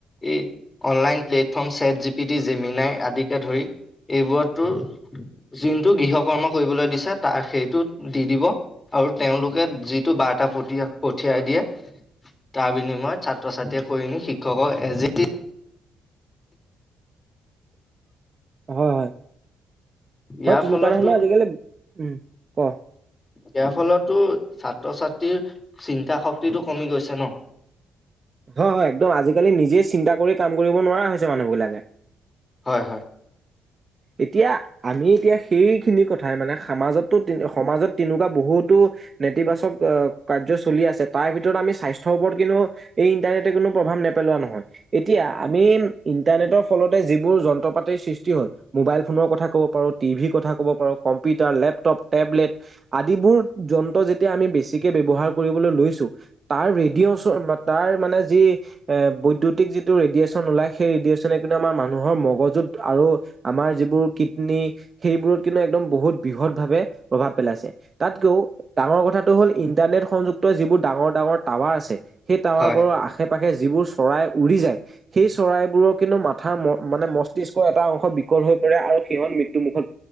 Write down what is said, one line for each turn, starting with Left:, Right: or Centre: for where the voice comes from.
Left: এই online platform chat G P T, Gemini আদিকে ধৰি। এইবোৰত টোৰ, যোনটো গৃহ কৰ্ম কৰিবলৈ দিছে। তাৰ সেইটো দি দিব আৰু- তেওঁলোকে যিটো বাৰ্তা পঠিয়াই দিয়ে। তাৰ বিনিময়ত ছাত্ৰ ছাত্ৰীয়ে কৰি নি শিক্ষকক এজ। <unintelligible>
Right: হয়, হয়,
Left: ইয়াৰ
Right: হয়। তেনেকুৱা
Left: ফলতো
Right: ধৰণৰ আজিকালি উম ক-
Left: ইয়াৰ ফলতটো ছাত্ৰ-ছাত্ৰীৰ চিন্তা শক্তিটো কমি গৈছে ন।
Right: হয়, হয় একদম। আজিকালি নিজেই চিন্তা কৰি কাম কৰিব নোৱাৰা হৈছে মানুহ বিলাকে।
Left: হয়, হয়।
Right: এতিয়া! আমি এতিয়া, সেইখিনি কথাই মানে সমাজতো সমাজত তেনেকুৱা বহুতো। নেতিবাচক কাৰ্য চলি আছে। তাৰ ভিতৰত আমি স্বাস্থ্যৰ ওপৰত, কিন্তু এই ইন্টাৰনেট। <unintelligible> কোনো প্ৰভাৱ নেপেলোৱা নহয়। এতিয়া আমি ইণ্টাৰনেটৰ ফলত- যিবোৰ যন্ত্ৰ পাতিৰ সৃষ্টি হ'ল। মোবাইল ফোনৰ কথা ক'ব পাৰোঁ। টিভিৰ কথা ক'ব পাৰোঁ, কম্পিউটাৰ, লেপটপ, টেবলেট আদিবোৰ। যন্ত্ৰ, আমি যেতিয়া বেছিকে ব্যৱহাৰ কৰিব লৈছো। তেতিয়া তাৰ <unintelligible> তাৰ মানে। যি এ বৈদ্যতিক যিটো- <unintelligible> ৰেডিয়েচন ওলাই। সেই ৰেডিয়েচনে, কিন্তু আমাৰ মানুহৰ মগজুত আৰু আমাৰ যিবোৰ কিডনী। সেইবোৰত, কিন্তু একদম বহুত বৃহৎ ভাৱে প্ৰভাৱ পেলাইছে। তাতকেও ডাঙৰ কথাটো হ'ল ইণ্টাৰনেট সংযুক্ত যিবোৰ ডাঙৰ <unintelligible> ডাঙৰ টাৱাৰ আছে। সেই টাৱাৰ
Left: হয়
Right: বোৰৰ আশে পাশে যিবোৰ চৰাই উৰি যায়। সেই চৰাইবোৰক - কিন্তু, মাথাাৰ মানে মস্তিষ্ক এটা অংশ বিকল হৈ পৰে আৰু সিহঁত মৃত্যুমুখত।